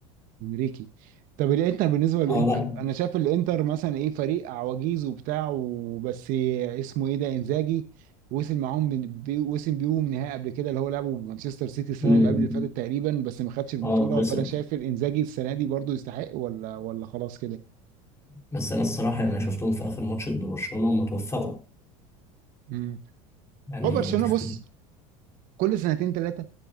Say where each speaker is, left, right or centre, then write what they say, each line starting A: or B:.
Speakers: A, on the right (about 60°); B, on the left (about 15°).
A: انريكي طب الانتر بالنسبة للانتر
B: اه لا
A: انا شايف الانتر مثلا ايه فريق عواجيز وبتاع وبس اسمه ايه ده انزاجي وصل معاهم من- بي- وصل بيهم نهائي قبل كده اللي هو لعبه بمانشستر سيتي السنه
B: مم.
A: اللي قبل اللي فاتت تقريبا بس ما خدش البطوله
B: اه خسر
A: فانا شايف الانزاجي السنه دي برضو يستحق ولا ولا خلاص كده
B: بس أنا الصراحة يعني أنا شفتهم في آخر ماتش ضد برشلونة هم توفقوا
A: مم.
B: يعني
A: هو برشلونه
B: تختلف
A: بص كل سنتين ثلاثه